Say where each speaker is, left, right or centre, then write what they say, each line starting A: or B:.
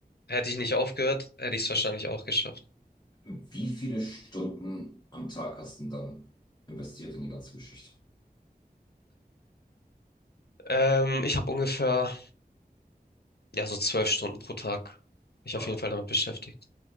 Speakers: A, on the left; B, on the left.
A: Hätte ich nicht aufgehört, hätte ich es wahrscheinlich auch geschafft.
B: Wie viele Stunden am Tag hast du denn dann investiert in die ganze Geschichte?
A: Ähm, ich habe ungefähr, ja, so zwölf Stunden pro Tag mich auf
B: Bah.
A: jeden Fall damit beschäftigt.